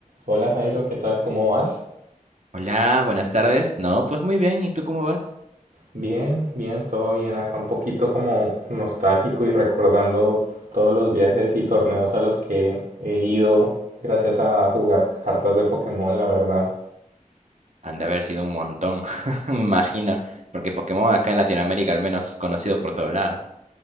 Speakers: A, on the right; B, on the right.
A: Hola Jairo, ¿qué tal? ¿Cómo vas?
B: Hola, buenas tardes. No, pues muy bien. ¿Y tú cómo vas?
A: Bien, bien, todo bien. Acá un poquito como nostálgico y recordando todos los viajes y torneos a los que he ido gracias a jugar cartas de Pokémon, la verdad.
B: Han de haber sido un montón, <laughs> me imagino, porque Pokémon acá en Latinoamérica al menos conocido por todo lado.